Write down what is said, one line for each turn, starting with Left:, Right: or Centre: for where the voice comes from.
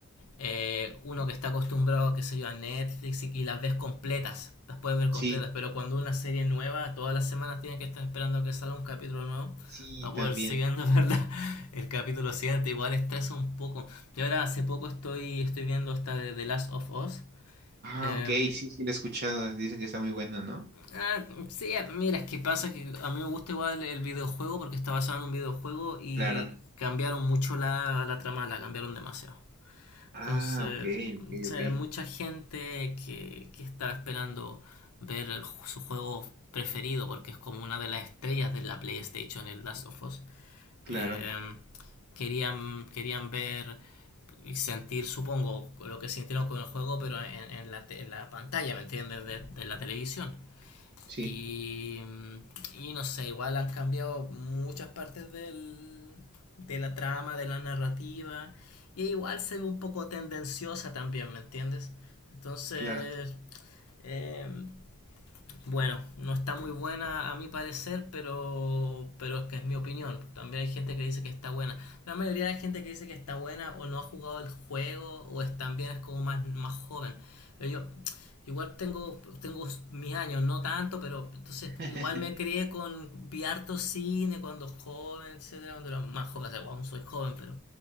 Left: eh, uno que está acostumbrado, qué sé yo, a Netflix y, y las ves completas, las puedes ver completas,
Right: Sí,
Left: pero cuando una serie nueva, todas las semanas tienes que estar esperando a que salga un capítulo nuevo
Right: sí,
Left: para poder
Right: también.
Left: seguir viendo <laughs> ¿verdad? el capítulo siguiente, igual estresa un poco. Yo ahora hace poco estoy, estoy viendo esta de The Last of Us.
Right: Ah,
Left: eh,
Right: ok, sí, sí, la he escuchado. Dicen que está muy buena, ¿no?
Left: Ah, sí, mira, es que pasa que a mí me gusta igual el videojuego porque está basado en un videojuego y
Right: Claro.
Left: cambiaron mucho la, la trama, la cambiaron demasiado.
Right: Ah,
Left: Entonces,
Right: ok, ok,
Left: o sea,
Right: ok.
Left: hay mucha gente que, que está esperando ver el ju- su juego preferido porque es como una de las estrellas de la PlayStation, el Last of Us.
Right: Claro,
Left: Eh, querían, querían ver y sentir, supongo, lo que sintieron con el juego, pero en, en la, te- en la pantalla, ¿me entiendes? De, de la televisión.
Right: sí,
Left: Y, y no sé, igual han cambiado muchas partes del, de la trama, de la narrativa. Y igual se ve un poco tendenciosa también, ¿me entiendes? Entonces,
Right: claro.
Left: eh, bueno, no está muy buena a mi parecer, pero, pero es que es mi opinión. También hay gente que dice que está buena. La mayoría de la gente que dice que está buena o no ha jugado el juego o es también es como más, más joven. Pero yo igual tengo, tengo mis años, no tanto, pero entonces
Right: <laughs>
Left: igual me crié con vi harto cine cuando joven, etcétera, cuando era más joven, o sea, aún soy joven, pero